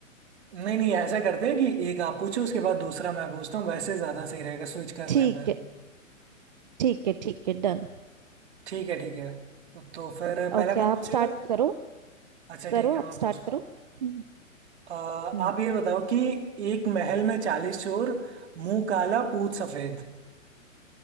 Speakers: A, on the right; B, on the right.
A: नहीं नहीं ऐसा करते हैं कि एक आप पूछो उसके बाद दूसरा मैं पूछता हूँ वैसे ज़्यादा सही रहेगा स्विच करने
B: ठीक
A: पे
B: है ठीक है ठीक है डन
A: ठीक है ठीक है तो फिर पहला
B: ओके आप
A: कौन पूछेगा
B: स्टार्ट करो
A: अच्छा
B: करो
A: ठीक है
B: आप
A: मैं पूछता
B: स्टार्ट करो
A: हूँ
B: हम्म
A: अ, आप
B: हम्म।
A: ये बताओ कि एक महल में चालीस चोर मुंह काला पूत सफेद